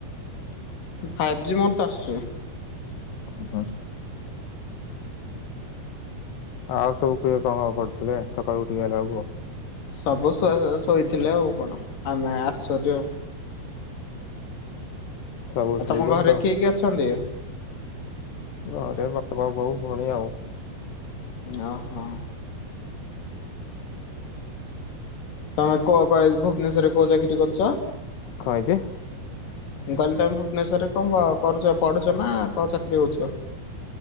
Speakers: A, on the left; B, on the left.
A: ଫାଇବ୍ ଜି ମୋ ତ ଆସୁଚି।
B: ଉଁ ଜା। ଆଉ ସବୁ କିଏ କଁ କଁ କରୁଥୁଲେ ସକାଳୁ ଉଠିକି ଆଇଲା ଅଳୁକୁ?
A: ସବୁ ଶୋ ଶୋଇଥିଲେ ଆଉ କଣ ଆମେ ଆଶ୍ଚର୍ଯ୍ୟ।
B: ସବୁ
A: ଆଉ
B: ଶୋଇଛନ୍ତି
A: ତମ ଘରେ
B: ତ
A: କିଏ କିଏ ଅଛନ୍ତି?
B: ଘରେ ବାବା, ବୋଉ, ଭଉଣୀ ଆଉ।
A: ନାଁ ହଁ। ତମେ କୋ ପା ଏଇ ଭୁବନେଶ୍ୱରରେ କୋଉ ଚାକିରି କରୁଚ?
B: ଖଇତେ
A: ମୁଁ କହିଲି ତମେ ଭୁବନେଶ୍ୱରରେ କଁ ବ କରୁଚ ପଢ଼ୁଚ ନାଁ କଁ ଚାକିରି କରୁଚ?